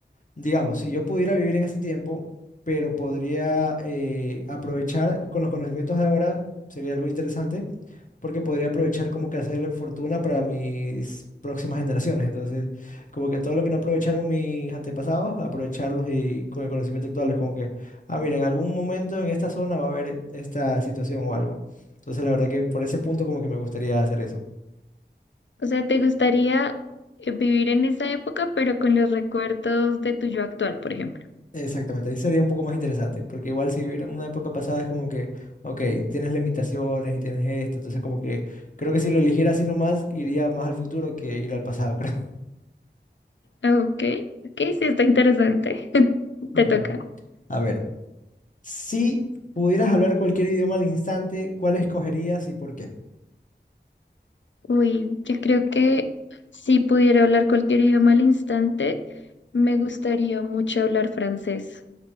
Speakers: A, on the left; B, on the left.
A: digamos, si yo pudiera vivir en ese tiempo, pero podría eh, aprovechar con los conocimientos de ahora, sería algo interesante porque podría aprovechar como que hacer fortuna para mis próximas generaciones. Entonces, como que todo lo que no aprovecharon mis antepasados, aprovecharlos y con el conocimiento actual es como que, ah, mira, en algún momento en esta zona va a haber esta situación o algo. Entonces, la verdad que por ese punto como que me gustaría hacer eso.
B: O sea, ¿te gustaría eh, vivir en esa época, pero con los recuerdos de tu yo actual, por ejemplo?
A: Exactamente, ahí sería un poco más interesante, porque igual si vivir en una época pasada es como que, ok, tienes limitaciones y tienes esto, entonces como que creo que si lo eligiera así nomás, iría más al futuro que ir al pasado, <laughs> creo.
B: Ok, ok, sí, está interesante. <laughs>
A: Ujú.
B: Te toca.
A: A ver. Si pudieras hablar cualquier idioma al instante, ¿cuál escogerías y por qué?
B: Uy, yo creo que si pudiera hablar cualquier idioma al instante, me gustaría mucho hablar francés.